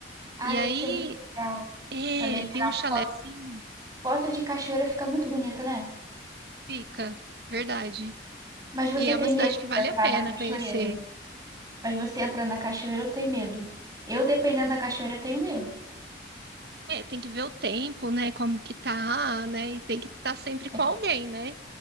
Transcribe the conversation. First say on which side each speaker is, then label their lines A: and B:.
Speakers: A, on the right; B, on the right.
A: Ah,
B: E
A: deve
B: aí,
A: ser muito legal.
B: é,
A: Também tirar
B: tem um chalézinho,
A: foto. Foto de cachoeira fica muito bonita, né?
B: fica, verdade.
A: Mas você
B: E é
A: tem
B: uma cidade
A: medo
B: que vale
A: de entrar
B: a pena
A: na cachoeira?
B: conhecer.
A: Mas você entra na cachoeira, eu tenho medo. Eu, dependendo da cachoeira, eu tenho medo.
B: É, tem que ver o tempo, né? Como que tá, né? E tem que estar sempre com
A: É,
B: alguém, né?